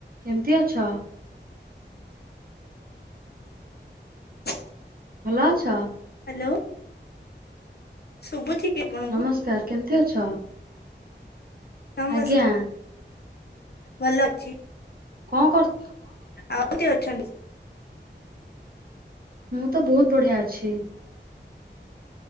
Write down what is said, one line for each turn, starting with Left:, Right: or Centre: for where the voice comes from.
Right: କେମିତି ଅଛ।
Left: <inaudible>
Right: ଭଲ ଅଛ।
Left: ହ୍ୟାଲୋ ଶୁଭୁଛି କି ଆପଣଙ୍କୁ
Right: ନମସ୍କାର। କେମତି ଅଛ।
Left: ନମସ୍କାର
Right: ଆଜ୍ଞା।
Left: ଭଲ ଅଛି।
Right: କଣ କରୁ
Left: ଆଉ କିଏ ଅଛନ୍ତି।
Right: ମୁଁ ତ ବହୁତ ବଢିଆ ଅଛି।